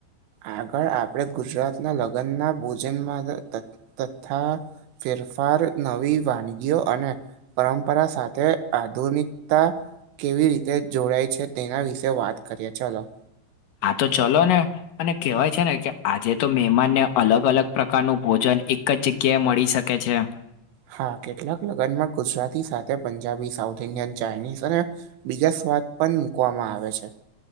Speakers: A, on the right (about 75°); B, on the left (about 80°).
A: આગળ આપણે ગુજરાતના લગ્નના ભોજનમાં ત તથા ફેરફાર નવી વાનગીઓ અને પરંપરા સાથે આધુનિકતા કેવી રીતે જોડાય છે તેના વિશે વાત કરીએ ચલો
B: હા તો ચલો ને અને કહેવાય છે ને કે આજે તો મહેમાનને અલગ અલગ પ્રકારનું ભોજન એક એક જગ્યાએ મળી શકે છે.
A: હા કેટલાક લગ્નમાં ગુજરાતી સાથે પંજાબી સાઉથ ઇન્ડિયન ચાઇનીઝ અને બીજા સ્વાદ પણ મૂકવામાં આવે છે.